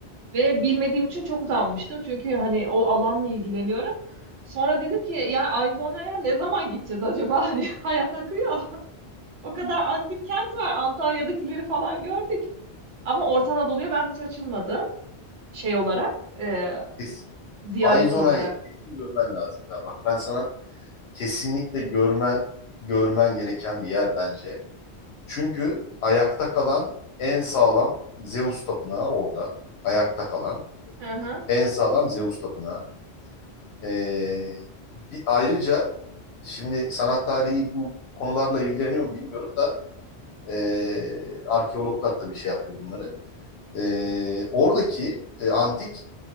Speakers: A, on the right; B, on the left.
A: Ve bilmediğim için çok utanmıştım. Çünkü hani o alanla ilgileniyorum. Sonra dedim ki ya Arizona'ya ne zaman gideceğiz acaba? <laughs> Hani hayat akıyor. <laughs> O kadar antik kent var. Antalya'dakileri falan gördük. Ama Orta Anadolu'ya ben hiç açılmadım. Şey olarak, e,
B: Kesin,
A: ziyaret
B: Aizonay
A: olarak.
B: kesin görmen lazım. Ya bak ben sana kesinlikle görmen görmen gereken bir yer bence. Çünkü ayakta kalan en sağlam Zeus tapınağı orada. Ayakta kalan
A: Hı hı.
B: en sağlam Zeus tapınağı. Ee, bir, ayrıca şimdi sanat tarihi bu konularla ilgileniyor mu bilmiyorum da ee, arkeologlar tabii şey yapıyor bunları. Ee, oradaki e, antik